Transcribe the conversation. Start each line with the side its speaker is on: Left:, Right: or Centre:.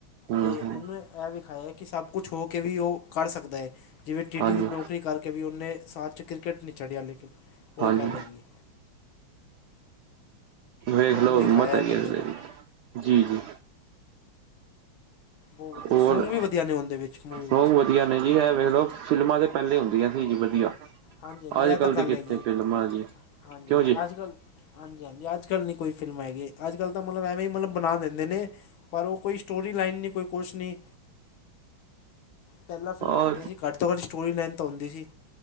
Right: ਹੂੰ
Left: ਤੇ
Right: ਹੂੰ
Left: ਉਨੂੰ ਐ ਵਿਖਾਇਆ ਕੀ ਸਭ ਕੁਛ ਹੋ ਕੇ ਵੀ ਓ ਕਰ ਸਕਦਾ ਏ। ਜਿਵੇਂ ਟੀ-ਟੀ
Right: ਹਾਂਜੀ
Left: ਦੀ ਨੌਕਰੀ ਕਰਕੇ ਵੀ ਓਨੇ ਸਾਥ ਚ ਕ੍ਰਿਕਟ ਨੀ ਛੜ੍ਹਿਆ ਲੇਕਿਨ। ਓਹੀ
Right: ਹਾਂਜੀ
Left: ਗੱਲ ਹੈਗੀ ਐ।
Right: ਵੇਖ ਲਓ
Left: ਦਿਖਾਇਆ
Right: ਹਿੰਮਤ ਹੈਗੀ
Left: ਬੰਦੇ ਦਾ
Right: <unintelligible> ਜੀ-ਜੀ
Left: ਨ ਵਧੀਆ
Right: ਹੋਰ
Left: ਸੌਂਗ ਵੀ ਵਧੀਆ ਨੇ ਔਂਦੇ ਵਿੱਚ ਮੂਵੀ ਵਿੱਚ।
Right: ਲੋਕ ਵਧੀਆ ਨੇ ਜੀ ਐ ਵੇਖ ਲੋ
Left: ਹਾਂ
Right: ਫਿਲਮਾਂ ਤੇ ਪਹਿਲੇ ਹੁੰਦੀਆਂ ਸੀ ਜੀ ਵਧੀਆ।
Left: ਹਾਂਜੀ-ਹਾਂਜੀ
Right: ਅੱਜ-ਕੱਲ
Left: ਐ ਤਾਂ
Right: ਦੀ
Left: ਗੱਲ
Right: ਕਿੱਥੇ
Left: ਹੈਗੀ ਏ
Right: ਫਿਲਮਾਂ ਜੀ,
Left: ਹਾਂਜੀ
Right: ਕਿਉਂ
Left: ਹਾਂ
Right: ਜੀ?
Left: ਅੱਜ ਕੱਲ੍ਹ ਹਾਂਜੀ-ਹਾਂਜੀ ਅੱਜ ਕੱਲ ਨੀ ਕੋਈ ਫਿਲਮ ਹੈਗੀ ਅੱਜ ਕੱਲ ਤਾਂ ਮਤਲਬ ਐਵੇਂ ਈ ਮਤਲਬ ਬਣਾ ਦਿੰਦੇ ਨੇ ਪਰ ਓ ਕੋਈ ਸਟੋਰੀ ਲਾਈਨ ਨੀ ਕੋਈ ਕੁਛ ਨੀ। ਪੈਲਾਂ ਫਿਲਮ
Right: ਆ
Left: ਆਉਂਦੀਆਂ ਸੀ ਘੱਟ ਤੋਂ ਘੱਟ ਸਟੋਰੀ ਲੈਂਨਥ ਹੁੰਦੀ ਸੀ।